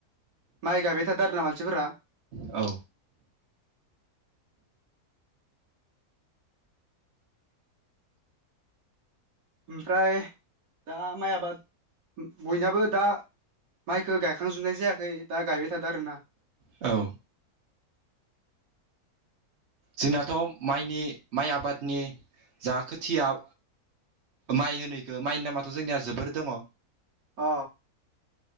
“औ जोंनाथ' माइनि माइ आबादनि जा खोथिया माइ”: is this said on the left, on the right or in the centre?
Right